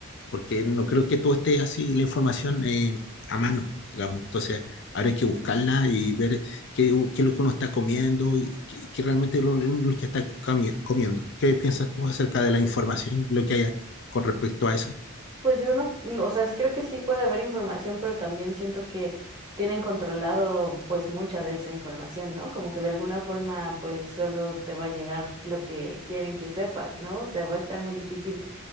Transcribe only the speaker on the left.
porque no creo que todo esté así la información eh, a mano, digamos. Entonces, ahora hay que buscarla y ver qué, qué es lo que uno está comiendo y qué, qué realmente es lo, lo que está comi- comiendo. ¿Qué piensas tú acerca de la información, lo que haya con respecto a eso?